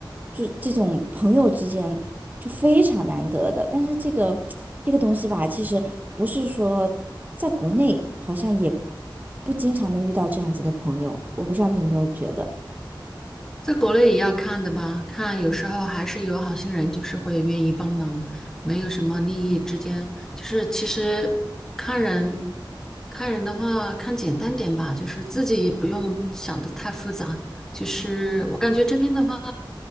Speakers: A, on the right (about 20°); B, in the centre.
A: 就这种朋友之间就非常难得的。但是这个这个东西吧，其实不是说在国内好像也不经常能遇到这样子的朋友，我不知道你有没有觉得。
B: 在国内也要看的吧，看有时候还是有好心人，就是会愿意帮忙，没有什么利益之间，就是其实看人，看人的话，看简单点吧，就是自己也不用想的太复杂。就是我感觉这边的话，